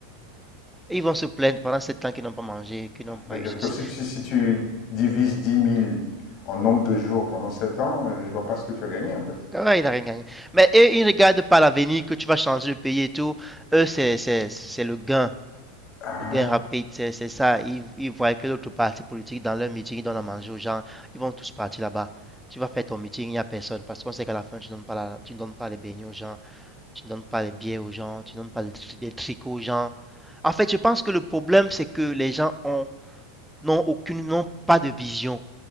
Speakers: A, in the centre; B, on the left.
A: Et ils vont se plaindre pendant 7 ans qu'ils n'ont pas mangé, qu'ils n'ont pas
B: C'est-à-dire
A: eu ceci.
B: que si tu si tu divises 10 000 en nombre de jours pendant 7 ans, heu, je vois pas ce que tu as gagné, en fait.
A: Ah ouais, ils n'ont rien gagné. Mais eux, ils ne regardent pas l'avenir, que tu vas changer le pays et tout. Eux, c'est c'est- c'est le gain.
B: Ah!
A: Le gain rapide, c'est ça. Ils, ils voient que l'autre parti politique, dans leur meeting, ils donnent à manger aux gens. Ils vont tous partir là-bas. Tu vas faire ton meeting, il n'y a personne. Parce qu'on sait qu'à la fin, tu ne donnes pas la- tu ne donnes pas les beignets aux gens. Tu ne donnes pas les billets aux gens. Tu ne donnes pas les, les tricots aux gens. En fait, je pense que le problème, c'est que les gens ont, n'ont aucune, n'ont pas de vision.